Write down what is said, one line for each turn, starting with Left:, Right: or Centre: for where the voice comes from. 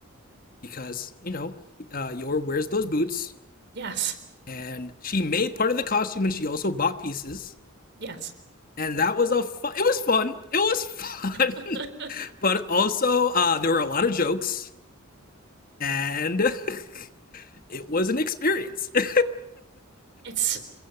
Left: because, you know, uh, Yor wears those boots.
Right: Yes.
Left: And she made part of the costume and she also bought pieces.
Right: Yes.
Left: And that was a fun, it was fun. It was fun.
Right: <laughs>
Left: <laughs> but also uh, there were a lot of jokes and <laughs> it was an experience. <laughs>
Right: It's